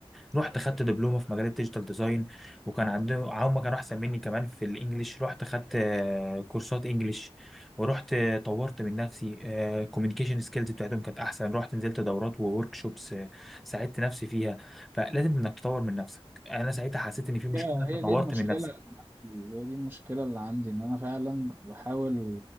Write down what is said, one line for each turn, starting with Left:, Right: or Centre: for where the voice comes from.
Centre: رحت خدت دبلومه في مجال الديجيتال ديزاين وكان عندهم هم كانوا احسن مني كمان في الانجليش رحت خدت آه، كورسات انجليش ورحت آه، طورت من نفسي كوميونيكيشن سكيلز بتاعتهم كانت احسن رحت نزلت دورات وورك شوبس ساعدت نفسي فيها فلازم انك تطور من نفسك انا ساعتها حسيت ان في مشكله
Right: هي هي
Centre: فطورت
Right: دي المشكلة
Centre: من نفسك
Right: هي دي المشكلة اللي عندي إن أنا فعلا بحاول